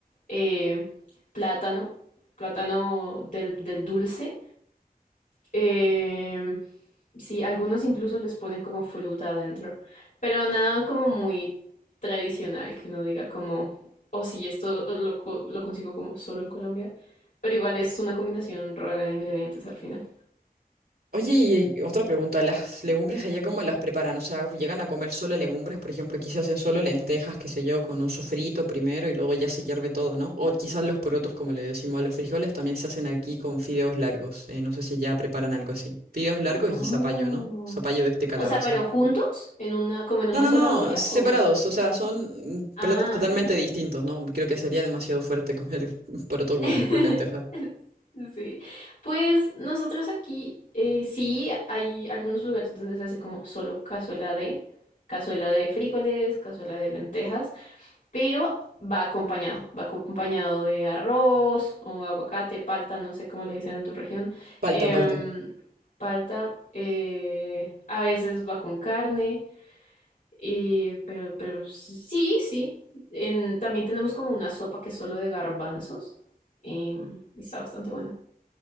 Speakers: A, on the left (about 60°); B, on the right (about 75°).
A: eh, plátano, plátano del, del dulce Eh, sí, algunos incluso les ponen como fruta adentro, pero nada como muy tradicional que uno diga como, oh sí, esto lo, co- lo consigo como solo en Colombia, pero igual es una combinación rara de ingredientes al final.
B: Oye, y eh, otra pregunta, ¿las legumbres allá cómo las preparan? O sea, ¿llegan a comer solo legumbres? Por ejemplo, aquí se hacen solo lentejas, qué sé yo, con un sofrito primero y luego ya se hierve todo, ¿no? O quizás los porotos, como le decimos a los frijoles, también se hacen aquí con fideos largos. Eh, no sé si ya preparan algo así. Fideos largos
A: Oh.
B: y zapallo, ¿no? Zapallo de este calabaza.
A: O sea, pero juntos, en una, como en una
B: No, no,
A: sola
B: no,
A: olla
B: separados,
A: o...
B: o sea, son mm,
A: Ah.
B: platos totalmente distintos, ¿no? Creo que sería demasiado fuerte comer <laughs> poroto con,
A: <laughs>
B: con lenteja.
A: Sí, pues nosotros aquí eh, sí hay algunos lugares donde se hace como solo cazuela de, cazuela de frijoles, cazuela de lentejas, pero va acompañado, va acompañado de arroz o aguacate, palta, no sé cómo le dicen en tu región,
B: Palta,
A: em,
B: palta.
A: palta, eh, a veces va con carne, y, pero, pero sí, sí, en- también tenemos como una sopa que es solo de garbanzos em, y está bastante buena.